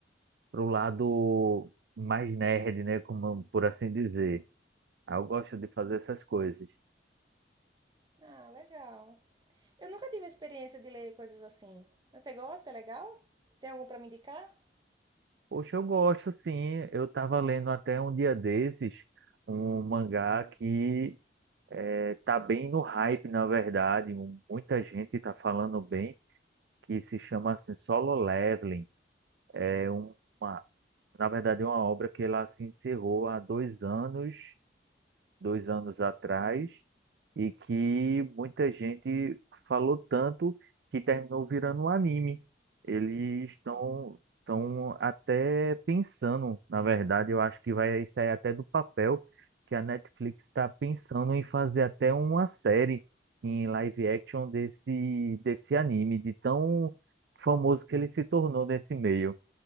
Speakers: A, on the right; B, on the right.
A: pro lado mais nerd, né, como por assim dizer. Aí eu gosto de fazer essas coisas.
B: Ah, legal. Eu nunca tive a experiência de ler coisas assim. Mas Você gosta? É legal? Tem algum para me indicar?
A: Poxa, eu gosto sim. Eu estava lendo até um dia desses um mangá que eh, tá bem no hype, na verdade. Mu- Muita gente está falando bem, que se chama assim, Solo Leveling. É uma, na verdade, é uma obra que ela se encerrou há dois anos dois anos atrás, e que muita gente falou tanto que terminou virando um anime. Eles estão estão até pensando, na verdade, eu acho que vai sair até do papel, que a Netflix está pensando em fazer até uma série em live action desse, desse anime, de tão famoso que ele se tornou nesse meio,